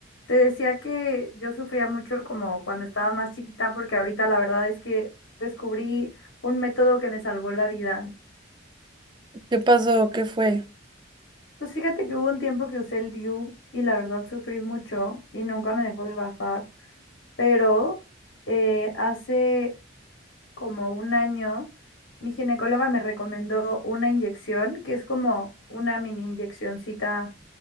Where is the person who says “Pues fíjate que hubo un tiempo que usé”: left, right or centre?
Left